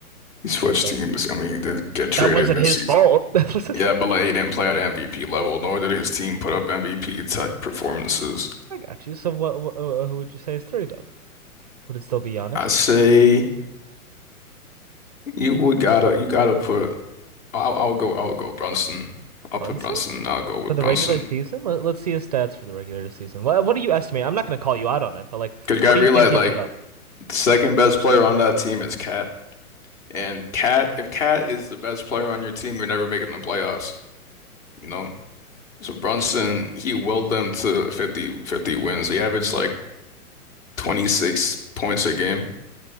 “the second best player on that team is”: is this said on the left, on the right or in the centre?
Left